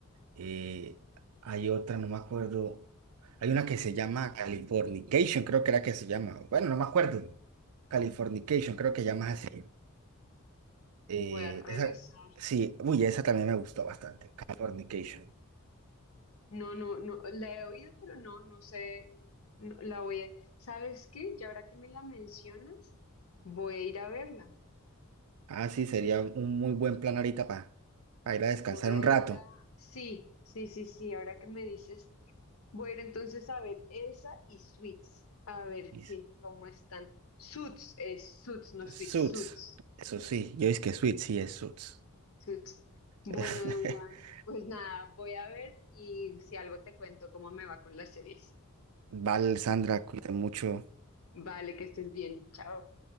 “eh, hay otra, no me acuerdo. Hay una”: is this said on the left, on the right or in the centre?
Right